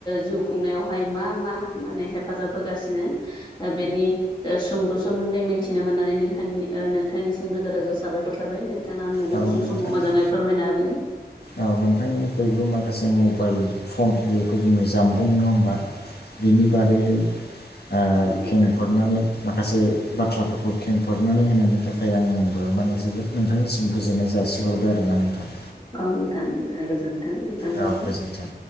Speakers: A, on the left; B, on the left.
A: जिउ खुंनायावहाय मा मा माने हेप हेफाजाब होगासिनो ओ बेनि सुंद' सोमोन्दै मिथिनो मोननानै नोंथांनि नोंथांनिसिम रोजा रोजा साबायखर थाबाय नोंथाङा आंनो
B: औ
A: बेखौ
B: औ
A: सम
B: नोंथांनि
A: समाव मोजाङै फोरमायना होबाय
B: औ नोंथांनिफ्राययबो माखासे मबाइल फन बेखौ बुङो जामबुं नङा होमबा बिनि बादैहाय
A: औ नोंथां
B: खेंफोरनानै माखासे बाथ्राफोरखौ खेंफोरनानै होनायनि थाखाय आंबो माने जोबोद नोंथांनि गोजोननाय जासिहरबाय आरो ना नोंथां।
A: औ नोंथां गोजोनथों। नोंथांनिसिम
B: औ गोजोनथों।